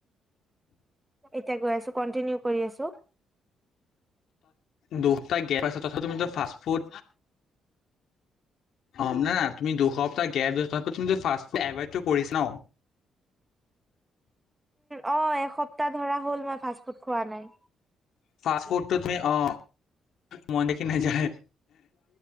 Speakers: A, on the right; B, on the left.
A: এতিয়া গৈ আছো কন্টিনিউ কৰি আছো
B: দুসপ্তাহ গছম ফ ফুড অ ন তুমি দুসপ্তাহ গেপ দিছাপ তুম ফুড এভডটো কৰিছা ন।
A: অ এসপ্তাহ ধৰা হ'ল মই ফাষ্ট ফুড খোৱা নাই
B: ফ ফুডটো অ তুমি অ মই দেখি নাযায়